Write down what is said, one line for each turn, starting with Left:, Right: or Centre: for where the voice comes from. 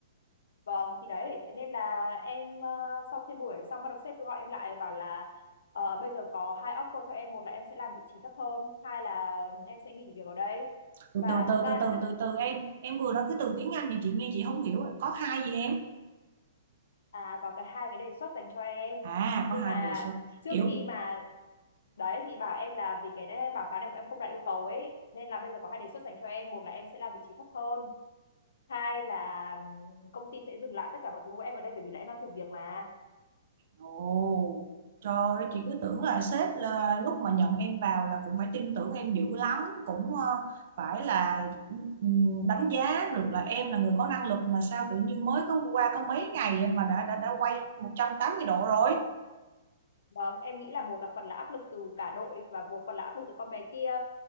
Left: Vâng, thì đấy, thế nên là em ờ, sau khi buổi đấy xong bắt đầu sếp gọi em lại bảo là ờ, bây giờ có hai offer cho em, một là em sẽ làm vị trí thấp hơn, hai là em sẽ nghỉ việc ở đây.
Right: từ
Left: Và
Right: từ từ
Left: thật ra
Right: từ
Left: là
Right: từ
Left: trước
Right: từ từ em em vừa nói cái từ tiếng Anh thì chị nghe chị không hiểu á. có hai gì em
Left: à, có cái hai cái đề xuất dành cho em.
Right: à
Left: Nhưng
Right: có hai
Left: mà
Right: đề xuất
Left: trước
Right: kiểu
Left: khi mà đấy thì bảo em là vì cái đấy, báo cáo này của em không đạt yêu cầu ấy, nên là bây giờ có hai đề xuất dành cho em, một là em sẽ làm vị trí thấp hơn, hai là ừm, công ty sẽ dừng lại tất cả mọi thứ của em ở đây bởi vì là em đang thử việc mà
Right: ồ trời ơi, chị cứ tưởng là sếp là lúc mà nhận em vào là cũng phải tin tưởng em dữ lắm cũng ờ, phải là cũng, ừm, đánh giá được là em là người có năng lực mà sao tự nhiên mới có qua có mấy ngày mà đã đã đã quay một trăm tám mươi độ rồi
Left: Vâng, em nghĩ là một là phần là áp lực từ cả đội và một phần là áp lực từ con bé kia